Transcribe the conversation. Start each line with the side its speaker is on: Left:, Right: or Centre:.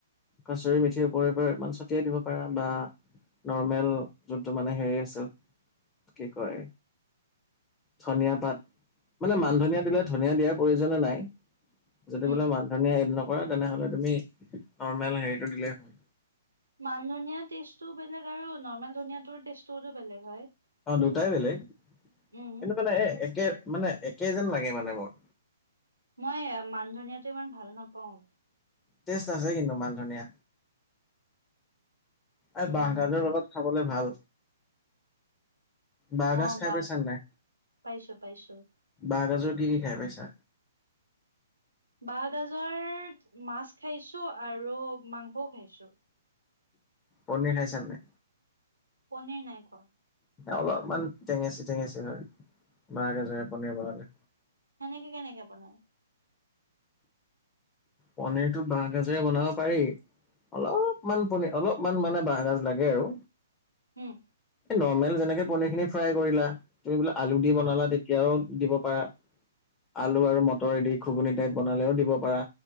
Left: কছৰি মিথিৰ ওপৰেওৰেমান ছটিয়াই দিব পাৰা ব নৰ্মেল যোনটো মানে হেৰি আছিল, কি কয় ধনিয়া পাট। মানে
Right: উম,
Left: মান ধনিয়া দিলে ধনিয় দিয়াৰ প্ৰয়োজন নাই, যদি
Right: উম,
Left: বোলে মান ধনিয় এদিন কৰা তেনেহলে তুমি, নৰ্মেল হেৰিটো দিলেই হল।
Right: মান ধনিয়া টেষ্টটো বেলেগ আৰু নৰ্মেল ধনিয় ৰ টেষ্টো বেলেগ হয়।
Left: অ' দুটাই বেলেগ
Right: উম,
Left: কিন্তু মানে একে মানে একে যেন লাগে মানে মোৰ।
Right: মই মান ধনিয়াতটো ইমান ভাল নাপাওঁ।
Left: তেষ্ট্তছে কিন্তু মান ধনিয়া। এ
Right: উম,
Left: বাঁহগাজৰ
Right: হুম, হুম।
Left: লগত খাবলে ভাল। বাঁহগাজ
Right: অ',
Left: খাই
Right: বাহ
Left: পাইছ নে?
Right: পাইছোঁ, পাইছোঁ।
Left: বাঁহগাজত কি কি খাই পাইছা?
Right: বাঁহগাজৰ মাছ খাইছো আৰু মাংসও খাইছো।
Left: পনীৰ খাইছা নে?
Right: পনীৰ নাই খোৱা।
Left: অলপমান টেঙেচ টেঙেচ হয়, বাহ গাজৰে গে পনীৰ বনালে।
Right: কেনেকে কেনেকে বনাই?
Left: পনিৰতটো বাহ গাজৰে বনাব পাৰি। অলপমান পনীৰ অলপমান মানে বাঁাহগাজ লাগে আৰু।
Right: উম,
Left: নৰ্মেল যেনেকে পনীৰ খিনি ফ্ৰাই কৰিলা। তুমি বোলো আলু দি বনালা
Right: অ',
Left: তেতিয়াও দিব পাৰা। আলু আৰু মটৰ এদি ঘুগুননি টাইপ বনালেও দিব পাৰা।